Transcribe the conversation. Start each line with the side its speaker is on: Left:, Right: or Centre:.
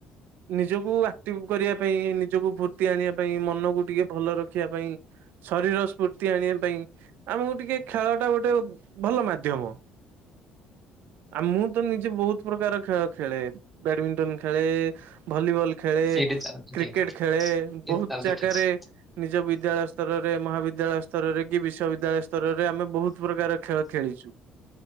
Right: ନିଜକୁ ଆକ୍ଟିଭ କରିବା ପାଇଁ ନିଜକୁ ଫୁର୍ତ୍ତି ଆଣିବା ପାଇଁ ମନକୁ ଟିକେ ଭଲ ରଖିବା ପାଇଁ ଶରୀର ସ୍ଫୁର୍ତ୍ତି ଆଣିବା ପାଇଁ ଆମକୁ ଟିକେ ଖେଳ ଟା ଗୋଟେ ଭଲ ମାଧ୍ୟମ। ଆଉ ମୁଁ ତ ନିଜେ ବହୁତ ପ୍ରକାର ଖେଳ ଖେଳେ ବ୍ୟାଡମିଣ୍ଟନ ଖେ ଖେଳେ ଭଲିବଲ ଖେଳେ
Centre: ସେଇଟା ଚାଲୁଛି
Right: କ୍ରିକେଟ
Centre: ଠିକ ଠାକ
Right: ଖେଳେ
Centre: ଏଇଠି
Right: ବହୁତ
Centre: ଚାଲୁଛି
Right: ଜାଗାରେ
Centre: ଠିକ ଠାକ
Right: ନିଜ ବିଦ୍ୟାଳୟ ସ୍ତରରେ ମହାବିଦ୍ୟାଳୟ ସ୍ତରରେ କି ବିଶ୍ୱବିଦ୍ୟାଳୟ ସ୍ତ ସ୍ତରରେ ଆମେ ବହୁତ ପ୍ରକାର ଖେଳ ଖେଳିଛୁ